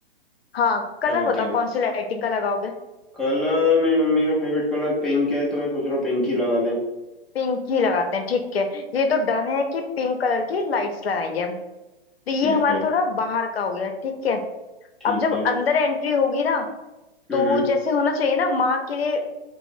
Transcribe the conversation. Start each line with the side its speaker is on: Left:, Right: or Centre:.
Left: हाँ कलर
Centre: क्या बोलती
Left: बताओ
Centre: हो
Left: कौन सी लाइटिंग का लगाओगे
Centre: कलर मेरी मम्मी का फेवरेट कलर पिंक है तो मैं सोच रहा हूँ पिंक ही लगा लें
Left: पिंक ही लगाते हैं ठीक है ये तो डन है कि पिंक कलर की लाइट्स लगाएंगे हम तो ये
Centre: ठीक
Left: हमारा
Centre: है
Left: थोड़ा बाहर का हो गया ठीक है
Centre: ठीक
Left: अब जब
Centre: है
Left: अंदर एंट्री होगी ना तो
Centre: हम्म
Left: जैसे होना चाहिए ना माँ के लिए